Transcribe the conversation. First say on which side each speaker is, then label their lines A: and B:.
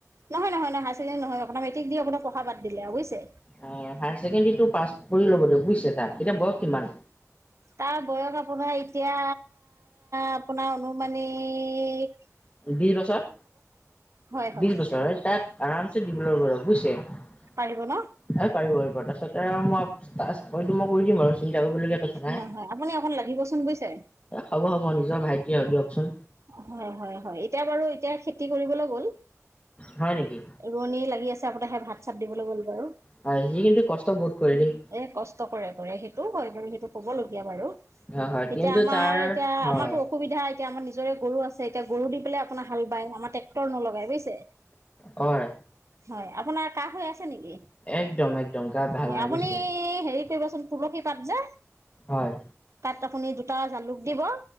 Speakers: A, on the right; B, on the left.
A: নহয়-নহয়-নহয় হায়াৰ ছেকেণ্ডাৰী নহয়, আপোনাৰ মেট্ৰিক দি আপোনাৰ পঢ়া বাদ দিলে বুজিছে।
B: অ হায়াৰ ছেকেণ্ডাৰীটো পাছ কৰি ল'ব দিয়ক বুজিছে। তাৰ, এতিয়া বয়স কিমান?
A: তাৰ বয়স আপোনাৰ এতিয়া আপোনাৰ অননুমানিক
B: বিশ বছৰ।
A: হয় হয়
B: বিশ বছৰ এই তাই আৰামছে <unintelligible> বুজিছে এ
A: পাৰিব ন
B: পাৰিব পাৰিব তাৰপাছতে আৰু মই হইটো মই কৰি দিম বাৰু চিন্তা কৰিবলগীয়া কথা নাই।
A: হয়
B: এ
A: হয় আপুনি অকণ লাগিবচোন বুজিছে।
B: হ'ব হ'ব। অ নিজৰ ভাইটি আৰু দিয়কচোন।
A: হয় হয় হয় এতিয়া বাৰু এতিয়া কি কৰিবলৈ গ'ল।
B: হয় নেকি?
A: ৰোৱনী লাগি আছে আগতে সেই ভাত ভাত দিবলৈ গ'ল বাৰু,
B: হয়, সি কিন্তু কষ্ট বহুত কৰে দেই।
A: এ কষ্ট কৰে কৰে সেইটো হয় বাৰু হেইটো কবলগীয়া বাৰু।
B: হয়, হয় কিন্তু
A: এতিয়া আমাৰ
B: তাৰ
A: এতিয়া
B: হয়,
A: আমাৰতো অসুবিধা এতিয়া আমাৰ নিজৰ নিজৰে গৰু আছে, এতিয়া গৰু দি পেলাই আপোনাৰ হাল বায়, আমাৰ ট্ৰেক্টৰ নলগাই বুজিছে।
B: হয়।
A: হয়। আপোনাৰ কাহ হৈ আছে হৈছে নেকি।
B: একদম একদম গা ভাল
A: হয়
B: নাই
A: আপুনি
B: বুজিছে
A: হেৰি কৰিবচোন তুলসী পাত যে
B: হয়।
A: তাত আপুনি দুটা জালুক দিব,